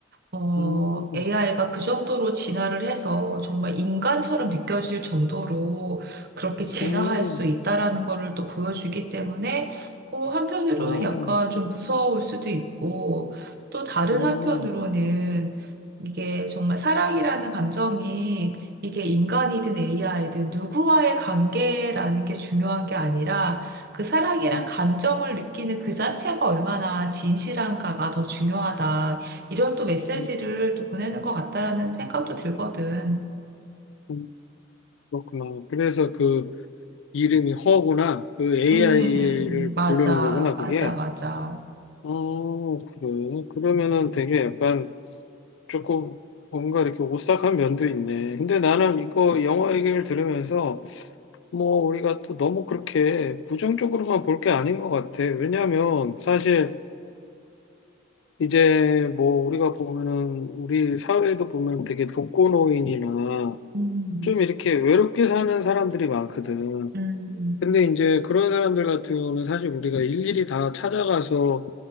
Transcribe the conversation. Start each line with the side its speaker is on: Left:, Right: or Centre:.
Right: 어,
Left: 음,
Right: AI가 그 정도로 진화를 해서 정말 인간처럼 느껴질 정도로 그렇게 진화할
Left: 음,
Right: 수 있다라는 거를 또 보여주기 때문에 어, 한편으로는
Left: 음,
Right: 약간 좀 무서울 수도 있고 또 다른
Left: 음,
Right: 한편으로는 이게 정말 사랑이라는 감정이 이게 인간이든 AI든 누구와의 관계라는 게 중요한 게 아니라 그 사랑이란
Left: 음,
Right: 감정을 느끼는 그 자체가 얼마나 진실한가가 더 중요하다. 이런 또 메시지를
Left: 음,
Right: 또 보내는 것 같다라는 생각도 들거든.
Left: 음. 그렇구나. 그래서 그 이름이 허구나. 그 AI를
Right: 음, 음, 맞아,
Left: 부르는 거구나,
Right: 맞아,
Left: 그게.
Right: 맞아.
Left: 어, 그래. 그러면은 되게 약간 조금 뭔가 이렇게 오싹한 면도 있네. 근데 나는 이거 영화 얘기를 들으면서 뭐 우리가 또 너무 그렇게 부정적으로만 볼 게 아닌 것 같아. 왜냐하면 사실 이제 뭐 우리가 보면은 우리 사회도 보면 되게 독거노인이나
Right: 음,
Left: 좀 이렇게 외롭게 사는 사람들이 많거든.
Right: 음,
Left: 근데 이제 그런 사람들 같은 경우는 사실 우리가 일일이 다 찾아가서